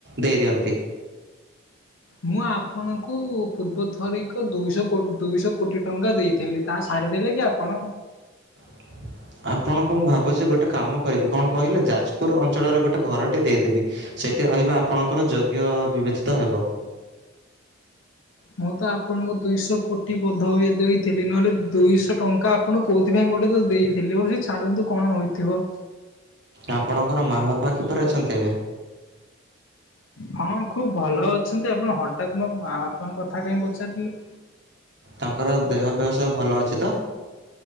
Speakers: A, on the right; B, on the left.
A: ଦେଇ ଦିଅନ୍ତି।
B: ମୁଁ ଆପଣଙ୍କୁ ପୂର୍ବ ଥରିକ ଦୁଇଶହ ଦୁଇଶହ କୋଟି ଟଙ୍କା ଦେଇଥିଲି। ତା ସା <unintelligible> ଦେଲେକି ଆପଣ?
A: <inaudible> ଆପଣଙ୍କ ମୁଁ ଭାବୁଛି ଗୋଟେ କାମ କରିବି, କଣ କହିଲେ? ଯାଜପୁର ଅଞ୍ଚଳରେ ଗୋଟେ ଘରଟେ ଦେଇଦେବି। ସେଠି ରହିବା ଆପଣଙ୍କର ଯୋଗ୍ୟ ବିବେଚିତ ହେବ।
B: ମୁଁ ତ ଆପଣଙ୍କୁ ଦୁଇଶହ କୋଟି ବୋଧ ହୁଏ ଦେଇଥିଲି, ନହେଲେ ଦୁଇଶହ ଟଙ୍କା ଆପଣଙ୍କୁ କୋଉଥିପାଇଁ ଗୋଟେ ତ ଦେଇଥିଲି ।ହଉ ସେ ଛାଡନ୍ତୁ କଣ ହୋଇଥିବ।
A: ଆପଣଙ୍କର ମା ବାପା କିପରି ଅଛନ୍ତି ଏବେ?
B: ହଁ ଖୁବ ଭଲ ଅଛନ୍ତି। ଆପଣ ହଠାତ୍ ମୋ ମା ବାପାଙ୍କ କଥା କାହିଁ ପଚାରିଲେ?
A: ତାଙ୍କର ଦେହ ଫେହ ସବୁ ଭଲ ଅଛି ତ?